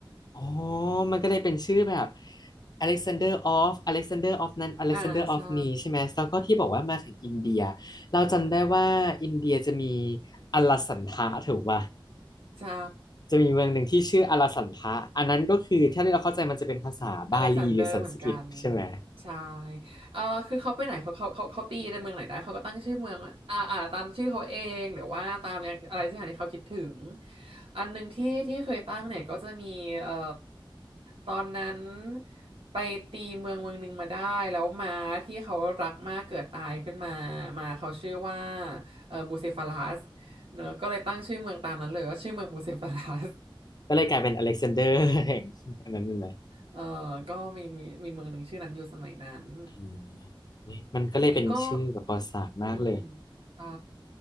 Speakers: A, on the left; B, on the right.
A: อ๋อมันก็เลยเป็นชื่อแบบ Alexander of Alexander of นั้น Alexander
B: อ่าใช่
A: of นี้ใช่ไหมแล้วก็ที่บอกว่ามาถึงอินเดียเราจำได้ว่าอินเดียจะมีอลสันทะถูกป่ะ
B: ใช่
A: จะมีเมืองหนึ่งที่ชื่ออลสันทะอันนั้นก็คือถ้าที่เราเข้าใจมันจะเป็นภาษาบาลีหรือสันสกฤตใช่ไหม
B: อเล็กซานเดอร์เหมือนกันใช่เออคือเขาไปไหนเขาเขาเขาเขาตีในเมืองไหนได้เขาก็ตั้งชื่อเมืองว่าอ่าอ่าตามชื่อเขาเองหรือว่าตามอย่างอะไรสักอย่างที่เขาคิดถึงอันหนึ่งที่ที่เคยตั้งเนี่ยก็จะมีเอ่อตอนนั้นไปตีเมืองเมืองหนึ่งมาได้แล้วม้าที่เขารักมากเกิดตายขึ้นมามาเขาชื่อว่าเอ่อบูเซฟาลัสเนอะก็เลยตั้งชื่อเมืองตามนั้นเลยว่าชื่อเมืองบูเซฟาลัส
A: ก็เลยกลายเป็น Alexander แห่งอันนั้นนั่นแหละ
B: เออก็มีมีมีเมืองหนึ่งชื่อนั้นอยู่สมัยนั้น
A: อืมมันก็เลยเป็นชื่อแบบประวัติศาสตร์มากเลย
B: ทีนี้ก็ อืมใช่